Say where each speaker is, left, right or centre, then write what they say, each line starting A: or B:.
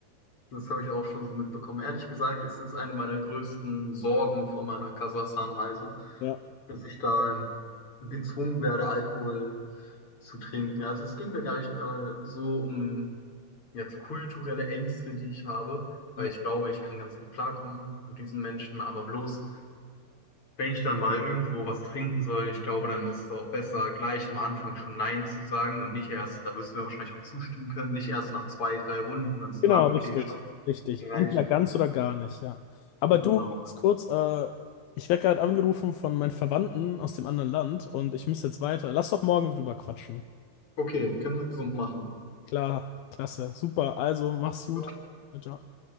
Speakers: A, on the left; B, on the left.
A: das habe ich auch schon so mitbekommen. Ehrlich gesagt, es ist eine meiner größten Sorgen vor meiner Kasachstan-Reise,
B: Ja,
A: dass ich da gezwungen werde, Alkohol zu trinken. Also es geht mir gar nicht mehr so um jetzt kulturelle Ängste, die ich habe, weil
B: ja.
A: ich glaube, ich kann ganz gut klarkommen mit diesen Menschen, aber bloß wenn ich dann mal irgendwo was trinken soll, ich glaube, dann ist es auch besser, gleich am Anfang schon Nein zu sagen und nicht erst, da wirst du mir wahrscheinlich auch zustimmen können, nicht erst nach zwei, drei Runden dann zu
B: Genau,
A: sagen,
B: richtig,
A: okay, stopp,
B: richtig.
A: reicht.
B: Entweder ganz oder gar nicht, ja. Aber
A: Genau.
B: du, ganz kurz, äh, ich werde gerade angerufen von meinen Verwandten aus dem anderen Land und ich muss jetzt weiter. Lass doch morgen drüber quatschen.
A: Okay, können wir so machen.
B: Klar, klasse, super. Also, mach's gut.
A: Ja.
B: Ciao. ciao.